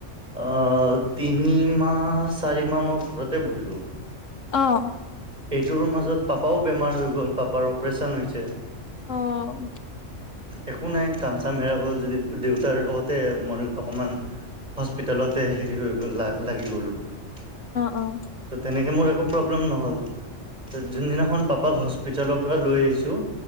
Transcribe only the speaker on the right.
অ' তিনি মাহ চাৰি মাহ মই ঘৰতে বহিলো।
এইটোৰ মাজত পাপাও বেমাৰ হৈ গ'ল, পাপাৰ অপাৰেচন হৈছে।
একো নাই কামচাম হেৰাই গ'ল যদি দেউতাৰ লগতে মই অকমান। হস্পিতেলত হেৰি হৈ লাগি গ'লো। ত'
তেনেকৈ মোৰ একো প্ৰব্লেম নহ'ল। যোনদিনাখন পাপাক হস্পিতালৰ পৰা লৈ আহিছো